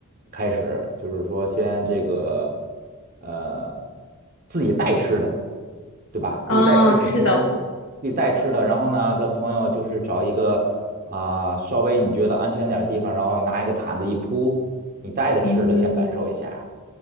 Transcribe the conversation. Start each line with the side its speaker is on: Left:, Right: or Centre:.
Right: 开始，就是说先这个呃自己带吃的，对吧？
Left: 啊，
Right: 自己带吃的你不做，
Left: 是的，
Right: 自己带吃的，然后呢跟朋友就是找一个啊、稍微你觉得安全点儿的地方，然后拿一个毯子一铺，你带着吃的先感受一下，
Left: 嗯。